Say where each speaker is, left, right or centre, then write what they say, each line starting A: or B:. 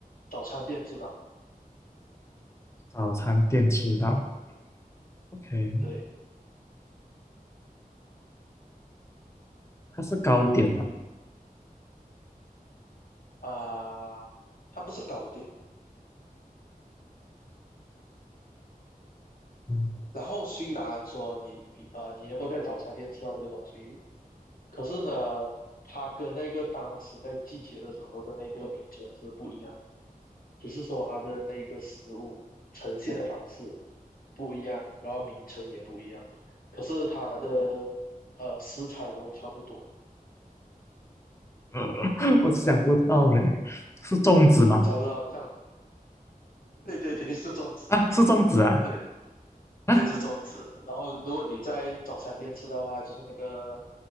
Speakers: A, on the left; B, on the left.
A: 早餐店吃到。
B: 早餐店吃到，OK，
A: 对
B: 它是糕点嘛？
A: 啊、它不是糕点。
B: 嗯，
A: 然后虽然说你比啊、你能够在早餐店吃到这个东西，可是呢，它跟那个当时在季节的时候的那个名称是不一样的，只是说它的那个食物呈现的方式不一样，然后名称也不一样，可是它的呃食材都差不多，
B: <laughs> 我想不到嘞，是粽子吗？
A: 你猜不到，这样，对对对，是粽子，
B: 啊，是粽子啊
A: 对
B: 啊，
A: 对是粽子。然后如果你在早餐店吃的话，就是那个